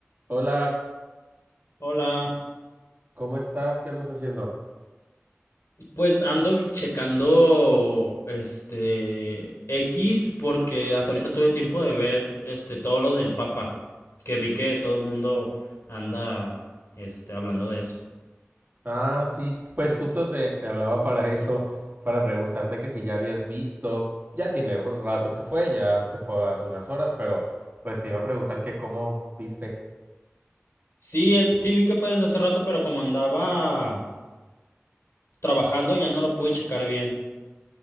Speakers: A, on the right; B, on the left.
A: Hola,
B: Hola,
A: ¿cómo estás? ¿Qué andas haciendo?
B: pues ando checando este X porque hasta ahorita tuve tiempo de ver este todo lo del Papa, que vi que todo el mundo anda este hablando de eso.
A: Ah, sí, pues justo te, te hablaba para eso, para preguntarte que si ya habías visto, ya tiene r- rato que fue, ya se fue hace unas horas, pero pues te iba a preguntar que cómo viste.
B: Sí, eh, sí vi que fue desde hace rato, pero como andaba trabajando ya no lo pude checar bien.